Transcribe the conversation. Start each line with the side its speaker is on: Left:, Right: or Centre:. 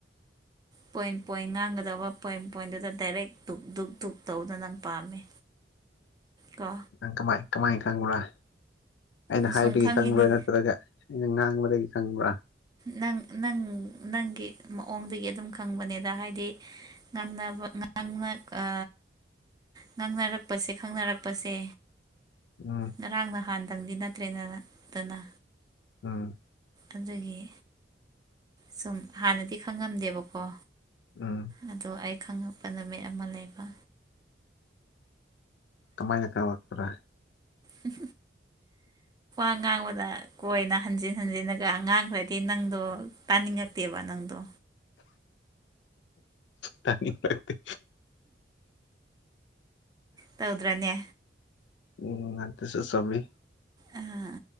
Left: <inaudible>
Right: ꯄꯣꯏꯟ ꯄꯣꯏꯟ ꯉꯥꯡꯒꯗꯧꯕ ꯄꯣꯏꯟ ꯄꯣꯏꯟꯗꯨꯗ ꯗꯥꯏꯔꯦꯛ ꯗꯨꯛ ꯙꯨꯛ ꯙꯨꯛ ꯇꯧꯕꯗꯅ ꯅꯪ ꯄꯥꯝꯃꯤ ꯀ
Left: ꯅꯪ ꯀꯃꯥꯏ ꯀꯃꯥꯏꯅ ꯈꯪꯕꯔꯥ ꯑꯩꯅ
Right: ꯑꯁꯨꯝ
Left: ꯍꯥꯏꯕꯒꯤ
Right: ꯈꯪꯉꯤꯅꯤ
Left: ꯈꯪꯕ꯭ꯔꯥ ꯅꯠꯇ꯭ꯔꯒ ꯑꯩꯅ ꯉꯥꯡꯕꯗꯒꯤ ꯈꯪꯕ꯭ꯔꯥ
Right: ꯅꯪ ꯅꯪ ꯅꯪꯒꯤ ꯃꯑꯣꯡꯗꯒꯤ ꯑꯗꯨꯝ ꯈꯪꯕꯅꯦꯗ ꯍꯥꯏꯗꯤ ꯉꯪꯅ ꯉꯪꯅ ꯑ ꯉꯥꯡꯅꯔꯛꯄꯁꯦ ꯈꯪꯅꯔꯛꯄꯁꯦ
Left: ꯎꯝ
Right: ꯉꯔꯥꯡ ꯅꯍꯥꯟꯗꯪꯗꯤ ꯅꯠꯇ꯭ꯔꯦꯗꯅ ꯇꯅ
Left: ꯎꯝ
Right: ꯑꯗꯨꯒꯤ ꯁꯨꯝ ꯍꯥꯟꯅꯗꯤ ꯈꯪꯉꯝꯗꯦꯕꯀꯣ
Left: ꯎꯝ
Right: ꯑꯗꯣ ꯑꯩ ꯈꯪꯉꯛꯄ ꯅꯨꯃꯤꯠ ꯑꯃ ꯂꯩꯕ
Left: ꯀꯃꯥꯏꯅ ꯀꯥꯂꯛꯄ꯭ꯔ
Right: <unintelligible> ꯑꯉꯥꯡꯕꯗ ꯀꯣꯏꯅ ꯍꯟꯖꯤꯟ ꯍꯟꯖꯤꯟꯂꯒ ꯑꯉꯥꯡꯈ꯭ꯔꯗꯤ ꯅꯪꯗꯣ ꯇꯥꯅꯤꯡꯉꯛꯇꯦꯕ ꯅꯪꯗꯣ
Left: ꯇꯅꯤ ꯂꯥꯛꯇ
Right: ꯇꯧꯗ꯭ꯔꯅꯦ
Left: ꯎꯝ ꯑꯗꯨꯁꯨ ꯆꯨꯝꯃꯤ
Right: ꯑꯥ